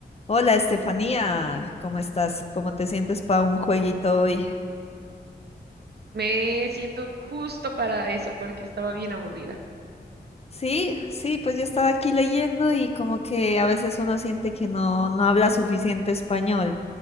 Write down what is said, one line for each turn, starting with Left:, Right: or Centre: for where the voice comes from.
Left: Hola Estefanía, ¿cómo estás? ¿Cómo te sientes para un jueguito hoy?
Right: Me siento justo para eso porque estaba bien aburrida.
Left: Sí, sí, pues yo estaba aquí leyendo y como que a veces uno siente que no, no habla suficiente español.